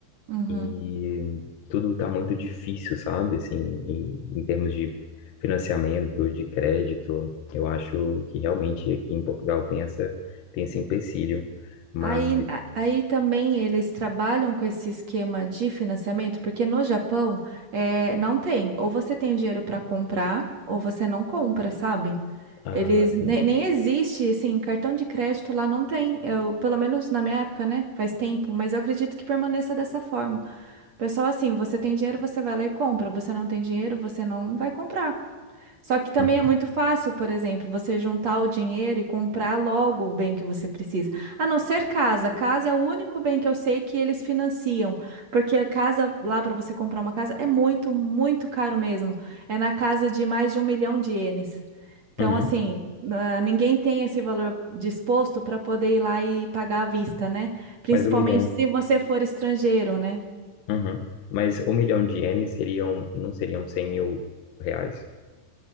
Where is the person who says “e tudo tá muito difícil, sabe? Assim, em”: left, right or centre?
Left